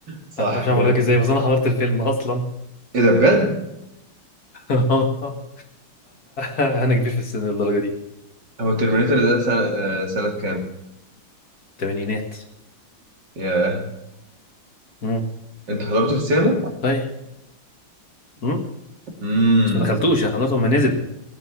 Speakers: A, on the right; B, on the left.
A: صح
B: أنا مش عارف اقول
A: جامد
B: لك ازاي بس انا حضرت الفيلم اصلا
A: ايه ده بجد
B: <laughs> آه، انا كبير في السن للدرجه دي
A: هو ترمينيتور ده سنه آه، سنه كام
B: الثمانينات
A: ياه
B: مم.
A: انت حضرته في السينما
B: طيب مم.
A: امم
B: بس ما دخلتوش انا حضرته لما نزل